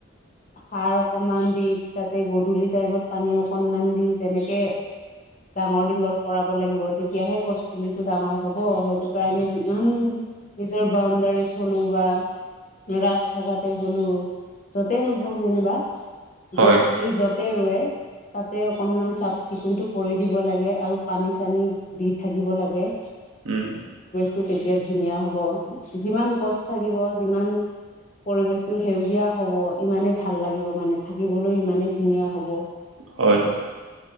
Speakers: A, on the left; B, on the right.
A: সাৰ অকমান দি তাতে গধূলি টাইমত পানী অকনমান দি তেনেকে ডাঙৰ দীঘল কৰাব লাগিব তেতিয়াহে গছ পুলিটো ডাঙৰ হব সেইটো কাৰণে যি ওম নিজৰ বাউণ্ডাৰীত থলো বা ৰাস্তা কাটে হলেও যতেই নহওক যেনিবা
B: হয়
A: গছ পুলি য'ত তে ৰুৱে তাতে অকনমান চাফ চিকুণতটো কৰি দিব লাগে আৰু পানী চানী দি থাকিব লাগে।
B: উম।
A: টো তেতিয়া ধুনীয়া হ'ব যিমান গছ থাকিব যিমান পৰিৱেশটো সেউজীয়া হব ইমানেই ভাল লাগিব মানে থাকিবলৈ ইমানেই ধুনীয়া হব।
B: হয়।